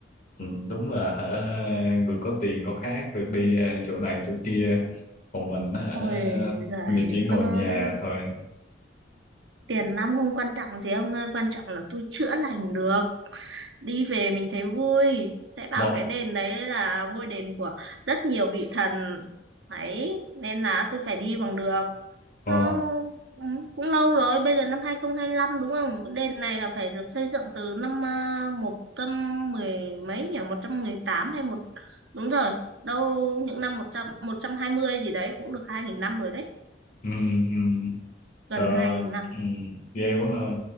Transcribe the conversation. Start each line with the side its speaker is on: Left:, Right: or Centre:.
Left: Ừ, đúng là hả, người có tiền có khác được đi ờ, chỗ này chỗ kia còn mình hả,
Right: ôi giời
Left: người chỉ ngồi
Right: ơi
Left: nhà thôi
Right: tiền nong không quan trọng gì ông ơi quan trọng là tôi chữa lành được đi về mình thấy vui sẽ bảo
Left: mọi
Right: cái đền đấy là ngôi đền của rất nhiều vị thần ấy nên là tôi phải đi bằng được
Left: ờ,
Right: nó ừ, cũng lâu rồi bây giờ năm hai không hai lăm đúng không đền này là phải được xây dựng từ năm à, một trăm mười mấy nhỉ một trăm mười tám hay một đúng rồi đâu những năm một trăm một trăm hai mươi gì đấy cũng được hai nghìn năm rồi đấy
Left: ừ, ừ.
Right: gần
Left: Trời,
Right: hai nghìn năm
Left: ừ, ghê quá ha.